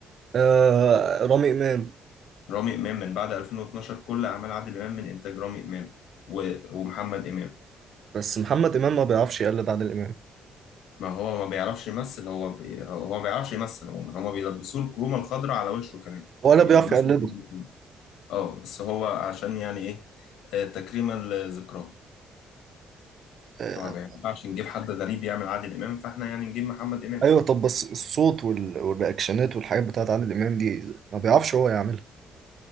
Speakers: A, on the right (about 55°); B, on the left (about 85°).
A: آه رامي إمام
B: رامي إمام من بعد 2012 كل أعمال عادل إمام من إنتاج رامي إمام و- ومحمد إمام
A: بس محمد إمام ما بيعرفش يقلد عادل إمام
B: ما هو ما بيعرفش يمثل هو بي... هو ما بيعرفش يمثل عموما هما بيلبسوه الكرومة الخضراء على وشه كمان
A: ولا
B: بيلبسوه
A: بيعرف يقلده
B: الكرومة. اه بس هو عشان يعني ايه آه، تكريما لذكراه
A: آه
B: هو ما ينفعش نجيب حد غريب يعمل عادل امام فاحنا يعني نجيب محمد امام
A: أيوه طب بس الصوت وال- والرياكشنات والحاجات بتاعت عادل إمام دي ما بيعرفش هو يعملها